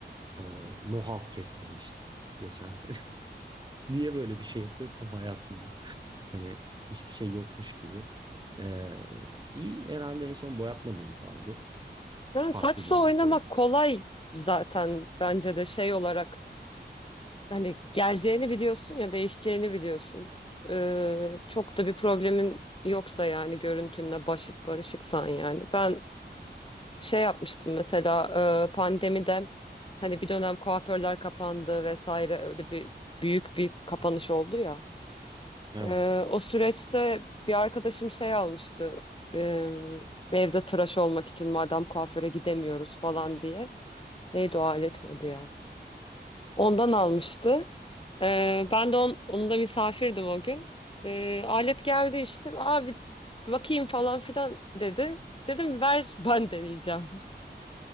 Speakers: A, on the right (about 25°); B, on the left (about 30°).
A: e, mohawk kestirmiştim geçen sene. <laughs> Niye böyle bir şey yapıyorsam hayatımda. Hani hiçbir şey yokmuş gibi. Ee, bir herhalde en son boyatmadığım kaldı.
B: Yani
A: Farklı
B: saçla
A: bir renk
B: oynamak
A: olabilir.
B: kolay zaten bence de şey olarak hani geleceğini biliyorsun ya değişeceğini biliyorsun. Ee, çok da bir problemin yoksa yani görüntünle baş, barışıksan yani. Ben şey yapmıştım mesela e, pandemide hani bir dönem kuaförler kapandı vesaire öyle bir büyük bir kapanış oldu ya.
A: Evet.
B: Ee, o süreçte bir arkadaşım şey almıştı. Ee, evde tıraş olmak için madem kuaföre gidemiyoruz falan diye. Neydi o aletin adı ya? Ondan almıştı. Ee, ben de on, onun da misafirdim o gün. Ee, alet geldi işte. Abi bakayım falan filan dedi. Dedim ver <laughs> ben deneyeceğim.